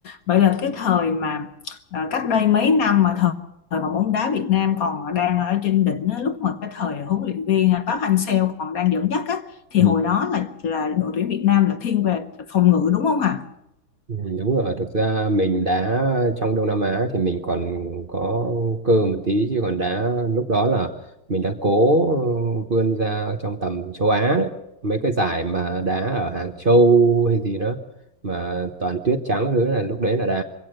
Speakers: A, on the left; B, on the right.
A: Vậy là cái thời mà à, cách đây mấy năm mà thời, thời mà bóng đá Việt Nam còn đang ở trên đỉnh á, lúc mà cái thời huấn luyện viên à, Park Hang-seo còn đang dẫn dắt á thì
B: Ừ.
A: hồi đó là là đội tuyển Việt Nam là thiên về phòng ngự đúng không hả?
B: Ừ, đúng rồi thực ra mình đá trong Đông Nam Á thì mình còn có cơ một tí chứ còn đá lúc đó là mình đang cố ừ, vươn ra trong tầm châu Á đấy mấy cái giải mà đá ở Hàng Châu hay gì đó mà toàn tuyết trắng các thứ là lúc đấy là đá